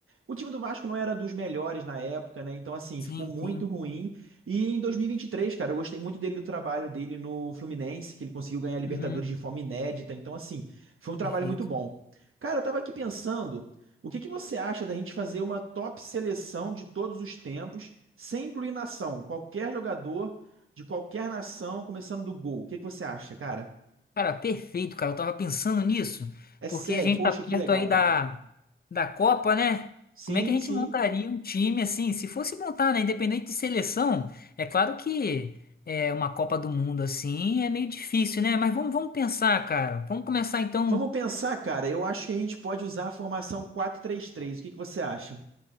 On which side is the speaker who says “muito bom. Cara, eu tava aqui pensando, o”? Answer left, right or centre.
Right